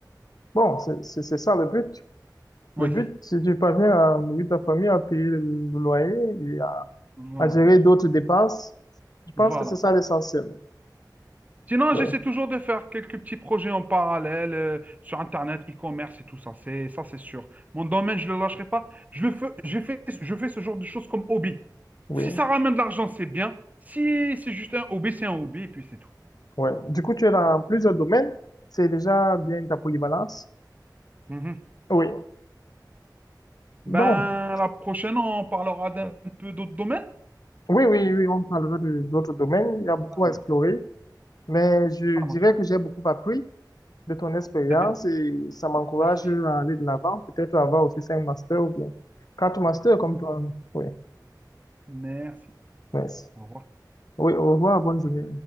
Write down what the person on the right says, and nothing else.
Oui.
Voilà.
Voilà.
Sinon,
j'essaie toujours de faire quelques petits projets en parallèle euh, sur Internet, e-commerce et tout ça. C'est ça, c'est sûr. Mon domaine, je ne le lâcherai pas. Je le fais, je fais, je fais ce genre de choses comme hobby.
Si ça ramène de l'argent, c'est bien. Si c'est juste un hobby, c'est un hobby et puis c'est tout.
Mhm.
Ben,
la prochaine, on parlera d'un peu d'autres domaines.
Ça
marche,
ça
marche.
C'est bien.
Merci.
Ok.
Merci.
Au revoir.